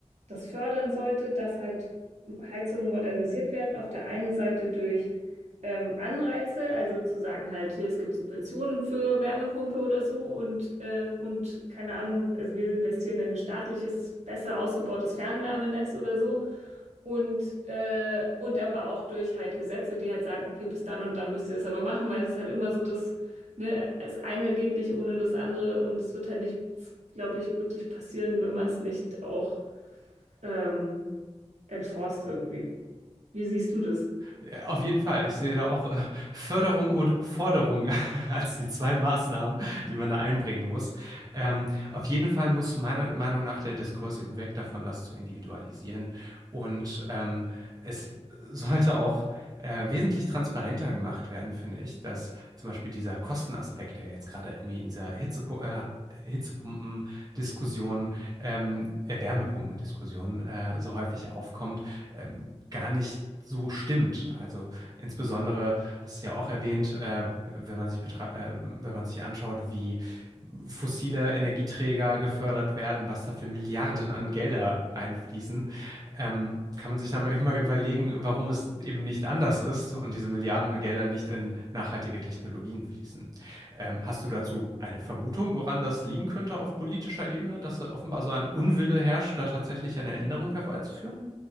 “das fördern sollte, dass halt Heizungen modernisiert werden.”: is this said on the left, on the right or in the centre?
Right